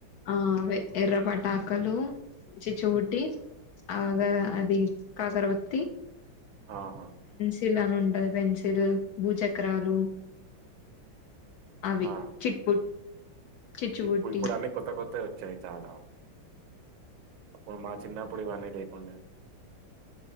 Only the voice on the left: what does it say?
ఆ ఆవే ఎర్ర పటాకలు చిచ్చు బుడ్డి ఆగా
అది కాకరవత్తి
కిందన ఉంటది పెన్సిల్ భూచక్రాలు అవి
చిట్పుట్ చిచ్చుబుట్టి